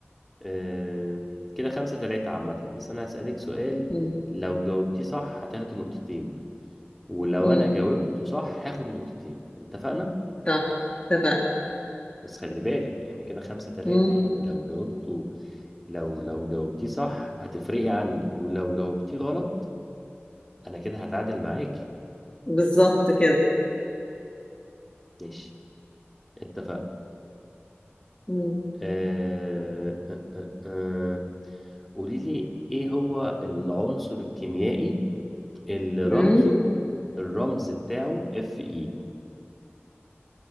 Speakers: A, in the centre; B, on the left.
A: آه، كده خمسة تلاتة عامة بس أنا هسألك سؤال
B: مم.
A: لو جاوبتيه صح هتاخدي نقطتين ولو
B: مم.
A: أنا جاوبته صح هاخد نقطتين اتفقنا؟
B: طب اتفقنا
A: بس خلي بالك احنا كده خمسة تلاتة
B: مم.
A: يعني لو جاوبته لو لو جاوبتيه صح هتفرقي عني ولو جاوبتيه غلط أنا كده هتعادل معاكي
B: بالظبط كده
A: ماشي اتفقنا
B: مم.
A: آه، آه، آه، آه. قولي لي ايه هو العنصر الكيميائي اللي
B: مم.
A: رمزه الرمز بتاعه اف اي